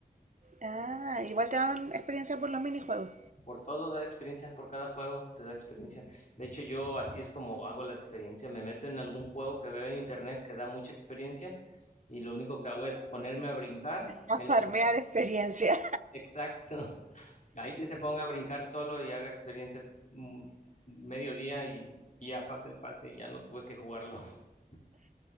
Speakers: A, on the right (about 50°); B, on the left (about 50°).
A: Ah, igual te dan experiencia por los minijuegos.
B: Por todo da experiencia por cada juego te da experiencia. De hecho, yo así es como hago la experiencia. Me meto en algún juego que veo en internet que da mucha experiencia y lo único que hago es ponerme a brincar
A: A
B: en
A: farmear
B: lo que...
A: experiencia.
B: Exacto. <laughs> Ahí que se ponga a brincar solo y haga experiencia mm, mediodía y, y ya pasé el pase y ya no tuve que jugarlo. <laughs>